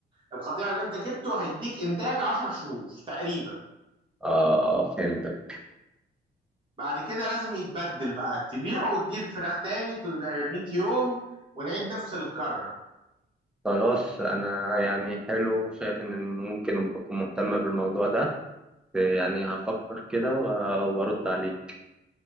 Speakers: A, on the right; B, in the centre.
A: القطيع اللي أنت جبته هيديك إنتاج 10 شهور تقريبا
B: اه اه فهمتك
A: بعد كده لازم يتبدل بقى تبيعه وتجيب فراخ تاني تل- 100 يوم ونعيد نفس الكرة
B: خلاص أنا يعني حلو شايف إن ممكن أبقى مهتمة بالموضوع ده يعني هفكر كده و- وأرد عليك